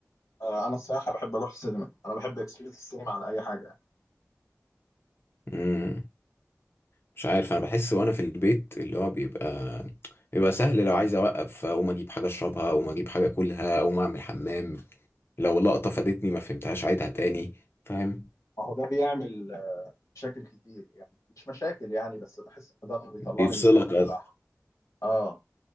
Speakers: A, on the left; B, on the left.
A: آه، انا الصراحه بحب اروح السينما انا بحب اكسبيرينس السينما عن اي حاجه
B: امم مش عارف انا بحس وانا في البيت اللي هو بيبقى بيبقى سهل لو عايز اوقف اقوم اجيب حاجه اشربها اقوم اجيب حاجه اكلها اقوم اعمل حمام لو لقطه فادتني ما فهمتهاش عيدها تاني فاهم
A: ما هو ده بيعمل آه، مشاكل كتير يعني مش مشاكل يعني بس بحس ان ده اللي بيطلعني
B: بيفصلك
A: من الفيلم بتاعه
B: أصلاً.
A: اه